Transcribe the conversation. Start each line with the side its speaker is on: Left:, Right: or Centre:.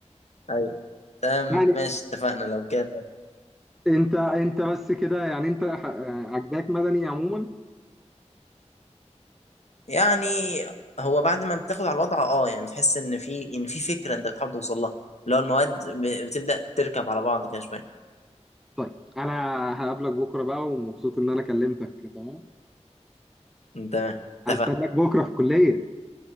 Left: ايوه تمام
Centre: يعني
Left: ماشي اتفقنا لو كده
Centre: أنت أنت بس كده يعني أنت ح- آه، عجباك مدني عموما
Left: يعني هو بعد ما بتاخد على الوضع اه يعني بتحس ان في ان في فكره انت بتحاول توصل لها اللي هو المواد ب- بتبدا تركب على بعض كده شويه
Centre: طيب أنا هقابلك بكرة بقى ومبسوط إن أنا كلمتك تمام
Left: تمام اتفقنا
Centre: هستناك بكرة في الكلية